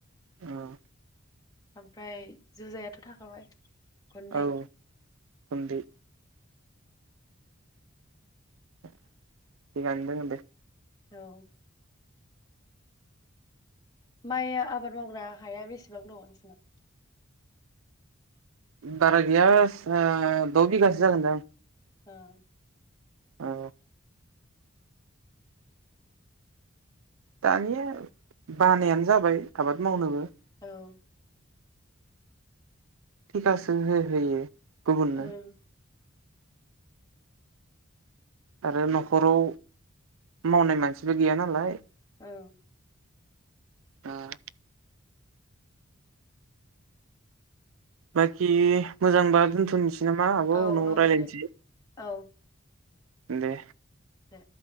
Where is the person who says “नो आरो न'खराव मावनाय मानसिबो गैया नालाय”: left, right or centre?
Right